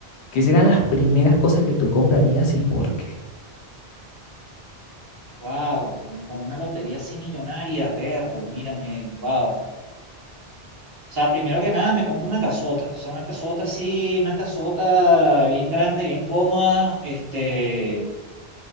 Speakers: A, on the left; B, on the right.
A: ¿qué serán las primeras cosas que tú comprarías y por qué?
B: Wow, con una lotería así millonaria, perro, mírame, wow. O sea, primero que nada me compro una casota, o sea, una casota así, una casota bien grande, bien cómoda, este,